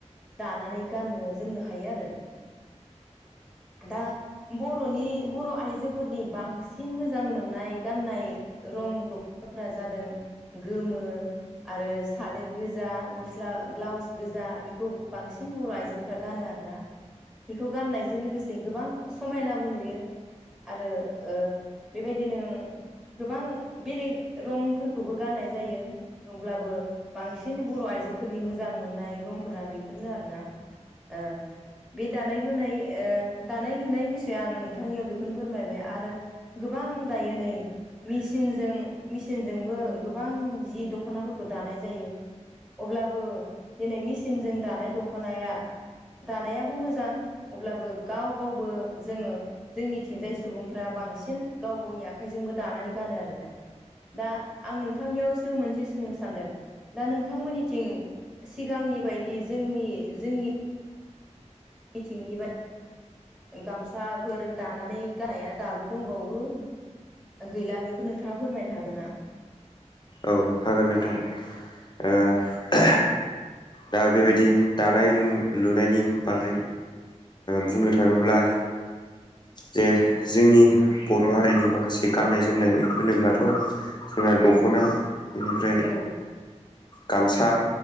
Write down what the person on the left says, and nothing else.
औ हागोन नोंथां ओ दा बेबायदि दानाय लु लुनायनि बागै बुंनो थाङोब्ला जे जोंनि बर'
हारिनि माखासे गाननाय जोमनाय होनोब्लाथ' जोंना
दख'ना बेनिफ्राय
गामसा